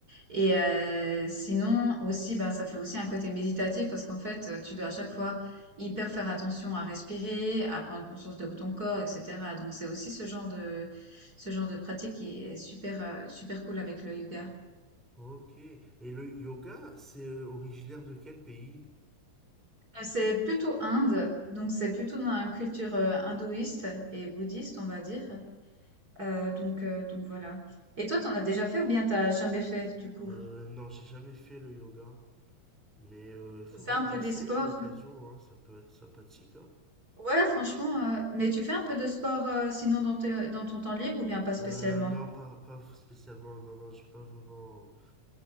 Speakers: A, on the right; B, in the centre.
A: et heu, sinon aussi, ben, ça fait aussi un côté méditatif parce qu'en fait, heu, tu dois à chaque fois hyper faire attention à respirer, à prendre conscience de ton corps et cetera. Donc c'est aussi ce genre de ce genre de pratique qui est super, heu, super cool avec le yoga.
B: Ok. Et le yoga, c'est euh, originaire de quel pays?
A: Heu, c'est plutôt Inde, donc c'est plutôt dans la culture, heu, hindouiste et bouddhiste, on va dire. Heu, donc heu, donc voilà. Et toi, t'en as déjà fait ou bien t'as jamais fait, du coup?
B: Euh, non, j'ai jamais fait le yoga. Mais il faudra
A: Tu fais un
B: que
A: peu
B: j'essaye
A: des sports?
B: à l'occasion, hein. Ça peut être sympathique, hein.
A: Ouais, franchement, euh, mais tu fais un peu de sport euh, sinon dans tes- dans ton temps libre ou bien pas spécialement?
B: Euh, non, pas, pas spécialement. Non, non, j'ai pas vraiment.